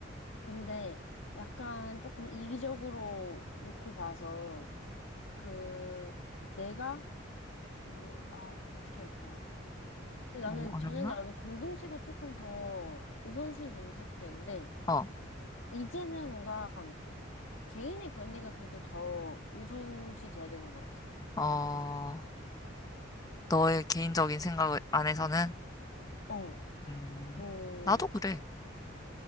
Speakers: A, on the left (about 80°); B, on the left (about 20°).
A: 근데 약간 조금 이기적으로 놓고 봐서, 그, 내가, 어, 아, 어떻게 할까? 근데 나는,
B: 너무 어렵나?
A: 전에 나도 공동체가 조금 더 우선순위 된다 생각했는데,
B: 어,
A: 이제는 뭔가 개인의 권리가 그래도 더 우선시 돼야 되는 것 같아.
B: 어, 너의 개인적인 생각 안에서는,
A: 어,
B: 음,
A: 뭐,
B: 나도 그래.